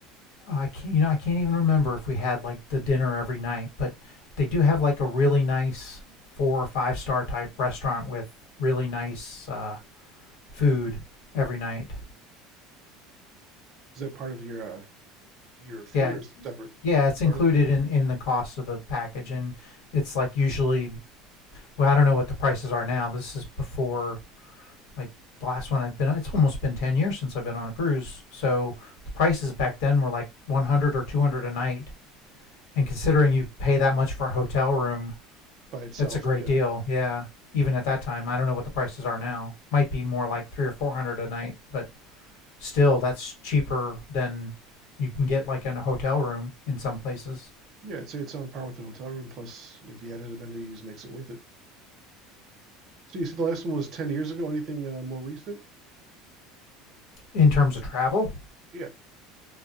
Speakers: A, on the left; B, on the right.
A: I can't, you know, I can't even remember if we had like the dinner every night, but they do have like a really nice four or five star type restaurant with really nice uh, food every night.
B: Is that part of your uh, your fee
A: Yeah,
B: or is it separate?
A: yeah, it's included
B: Part of it
A: in in the cost of the package, and it's like usually, well, I don't know what the prices are now. This is before like the last one I've been. on- It's almost been ten years since I've been on a cruise, so the prices back then were like one hundred or two hundred a night, and considering you pay that much for a hotel room
B: by itself.
A: That's a great
B: Yeah,
A: deal. Yeah. Even at that time, I don't know what the prices are now. Might be more like three or four hundred a night, but still, that's cheaper than you can get like in a hotel room in some places.
B: yeah. I'd say it's on par with the hotel room. Plus the added amenities makes it worth it. So you said the last one was ten years ago. Anything uh, more recent?
A: In terms of travel,
B: Yeah.